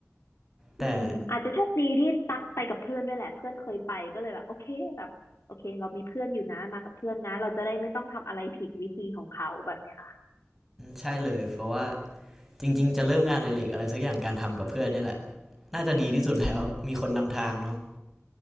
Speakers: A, in the centre; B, on the left.
A: แต่
B: อืมอาจจะโชคดีที่ตักไปกับเพื่อนด้วยแหละเพื่อนเคยไปก็เลยแบบโอเคแบบโอเคเรามีเพื่อนอยู่นะมากับเพื่อนนะเราจะได้ไม่ต้องทำอะไรผิดวิธีของเขาแบบเนี้ย
A: ใช่เลยเพราะว่าจริงๆจะเริ่มงานอดิเรกอะไรสักอย่างการทำกับเพื่อนนี่แหละน่าจะดีที่สุดแล้วมีคนนำทางเนาะ